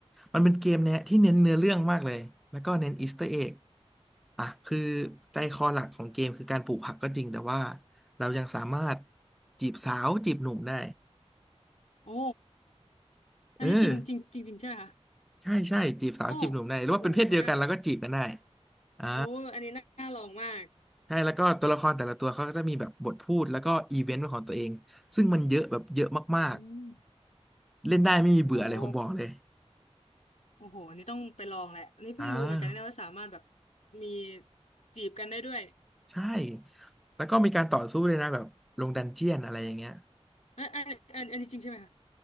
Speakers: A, in the centre; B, on the left (about 85°).
A: มันเป็นเกมเนี่ยที่เน้นเนื้อเรื่องมากเลยแล้วก็เน้นอีสเตอร์เอ็กอ่ะคือใจคอหลักของเกมคือการปลูกผักก็จริงแต่ว่าเรายังสามารถจีบสาวจีบหนุ่มได้
B: โอ้อันนี้จริงจริงจริงจริงใช่ไหมคะ
A: เออใช่ใช่จีบสาวจีบหนุ่มได้หรือว่าเป็นเพศเดียวกันแล้วก็จีบกันได้
B: โอ้โอ้โหนะ
A: อ่า
B: โอ้อันนี้น่าน่าลองมาก
A: ใช่แล้วก็ตัวละครแต่ละตัวเขาก็จะมีแบบบทพูดแล้วก็อีเวนต์ของตัวเอง ซึ่งมันเยอะแบบเยอะมาก
B: อืม
A: เล่นได้ไม่มีเบื่อเลยผมบอกเลย
B: โอ้โอ้โหโอ้โหอันนี้ต้องไปลองแหละอันนี้เพิ่งรู้เหมือนกันนะว่าสามารถแบบ
A: อ่า
B: มีจีบกันได้ด้วย
A: ใช่ แล้วก็มีการต่อสู้เลยนะแบบลงดันเจียนอะไรอย่างเงี้ย
B: อันอันอันอันนี้จริงใช่ไหมคะ